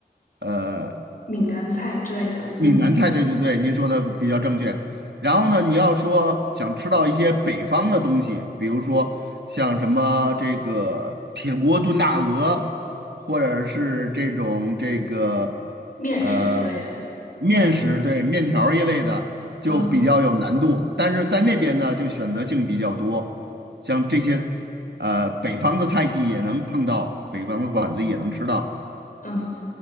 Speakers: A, on the right (about 80°); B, on the left (about 55°).
A: 呃。
B: 闽南菜之类的，
A: 闽南菜，
B: 嗯，
A: 对对对，您说的比较正确。然后呢，你要说想吃到一些北方的东西，比如说像什么这个铁锅炖大鹅，或者是这种这个
B: 面食之类的，
A: 呃面食，
B: 嗯
A: 对，面条儿一类的，就比较有难度。
B: 嗯
A: 但是在那边呢，就选择性比较多，像这些呃北方的菜系也能碰到，北方的馆子也能吃到。
B: 嗯。